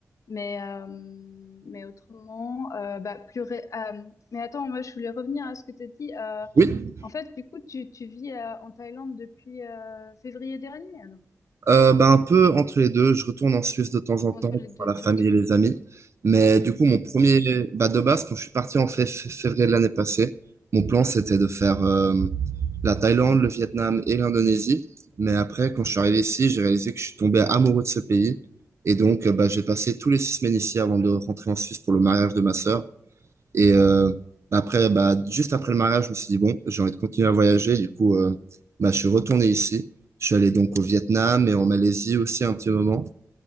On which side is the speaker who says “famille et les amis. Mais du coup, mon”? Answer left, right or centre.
Right